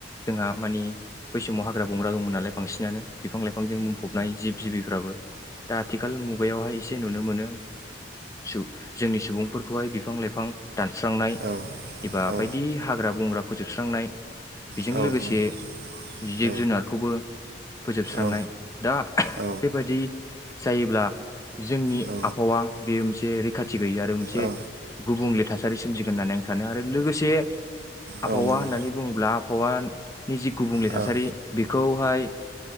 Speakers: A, on the left; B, on the right.
A: जोंहा मानि बै समाव हाग्रा बंग्रा दंमोन नालाय बांसिनानो बिफां लाइफांजों बुंफबनाय जिब जिबिफ्राबो दा आथिखाल मु बेयावहाय एसे नुनो मोनो सुब जोंनि सुबुं फोर खहाय बिफां लाइफां दानस्रांनाय
B: औ
A: एबा
B: औ
A: बायदि हाग्रा बंग्रा फोजोबस्रांनाय बेजों
B: औ
A: लोगोसे
B: नंगौ
A: जिब
B: औ
A: जुनारखौबो फोजोबस्रांनाय
B: औ
A: दा
B: औ
A: बेबायदि जायोब्ला जोंनि
B: औ
A: आबहावा बेयो मोनसे रैखा थि गैयै आरो मोनसे
B: औ
A: गुबुंले थासारि सोमजिगोन होननानै आं सानो आरो लोगो से आबहावा
B: औ नंगौ
A: होननानै बुङोब्ला फवान नि जि गुबुंले
B: औ
A: थासारि बेखौहाय